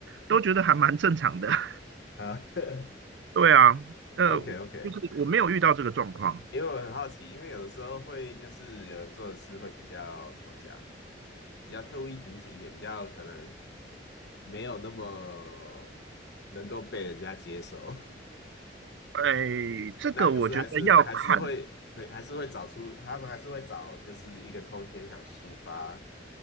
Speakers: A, on the right; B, on the left.
A: 都觉得还蛮正常的。<laughs>
B: 啊。<laughs>
A: 对啊，呃，
B: OK OK，
A: 就是我没有遇到这个状况。
B: 因为我很好奇，因为有的时候会就是有人做的事会比较怎么讲，比较特立独行一点，比较可能没有那么能够被人家接受。<laughs>
A: 哎，这个我觉得要看，
B: 那可是还是还是会会还是会找出他们还是会找就是一个空间想抒发，